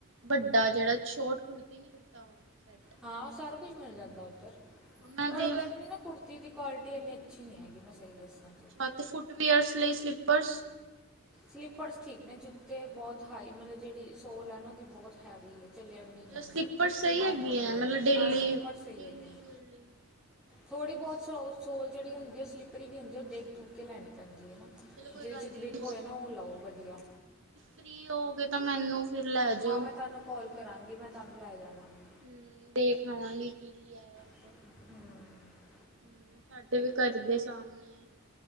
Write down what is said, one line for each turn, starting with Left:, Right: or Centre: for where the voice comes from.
Right: ਵੱਡਾ, ਜੇੜਾ ਸੋ਼ਟ ਕੁੜਤੀ ਨੀ ਕੁੜਤਾ ਹੋਣਾ ਸੈਟ
Centre: ਹਾਂ, ਓ ਸਾਰਾ ਕੁਛ ਮਿਲ ਜਾਂਦਾ ਓੱਧਰ,
Right: ਮੈਂ
Centre: ਪਰ
Right: ਦੇ
Centre: ਓਦਰ ਦੀ ਨਾ ਕੁੜਤੀ ਦੀ ਕੁਆਲਿਟੀ ਇੰਨੀ ਅੱਛੀ ਨਹੀਂ ਹੈਗੀ, ਮੈਂ ਸਹੀ ਦੱਸਾਂ। ਤੇ
Right: ਅਤੇ ਫੁੱਟਵੀਅਰਸ ਲਈ ਸਲੀਪਰਸ।
Centre: ਸਲੀਪਰਸ ਠੀਕ ਨੇ ਜੁੱਤੇ ਬਹੁਤ ਹਾਈ ਮਤਲਬ ਜਿਹੜੀ ਸੋਲ ਹੈ ਨਾ, ਉਹਦੀ ਬਹੁਤ ਹੈਵੀ ਹੈ। ਚੱਲਿਆ ਵੀ ਨਹੀਂ
Right: ਮਤਲਬ
Centre: ਜਾਂਦਾ,
Right: ਸਲੀਪਰ ਸਹੀ ਹੈਗੀ
Centre: ਅਨਕੰਫਰਟੇਬਲ
Right: ਹੈ ਮਤਲਬ ਡੇਲੀ
Centre: ਹਾਂ ਸਲੀਪਰ ਸਹੀ
Right: ਡੇਲੀ
Centre: ਹੈਗੇ ਨੇ।
Right: ਵੀਅਰ ਲਈ
Centre: ਥੋੜ੍ਹੀ ਬਹੁਤ ਸੋ ਸੋਲ ਜਿਹੜੀ ਹੁੰਦੀ ਹੈ, ਉਹ ਸਲਿਪਰੀ ਵੀ ਹੁੰਦੀ ਉਹ ਦੇਖ ਦੁਖ ਕੇ ਲੈਣੀ ਪੈਂਦੀ ਹੈ ਨਾ।
Right: ਚਲੋ ਕੋਈ
Centre: ਜਿਹਦੇ
Right: ਗੱਲ
Centre: 'ਚ
Right: ਨੀ।
Centre: ਗ੍ਰਿਪ ਹੋਏ ਨਾ ਉਹ ਲਓ ਵਧੀਆ।
Right: ਫ੍ਰੀ ਹੋਗੇਏ ਤਾਂ ਮੈਨੂੰ। ਫਿਰ ਲੈ ਜਾਇਓ
Centre: ਹਾਂ ਮੈਂ ਤੁਹਾਨੂੰ ਕਾਲ ਕਰਾਂਗੀ, ਮੈਂ ਤੁਹਾਨੂੰ ਲੈ ਜਾਵਾਂਗੀ।
Right: ਹਮ ਦੇਖ ਲਵਾਂਗੇ ਕੀ ਕੀ ਆਇਆ ਉੱਧਰ
Centre: <unintelligible>
Right: ਹਮ, ਸਾਡੇ ਵੀ ਘਰ ਦੇ ਸਾਹਮਣੇ।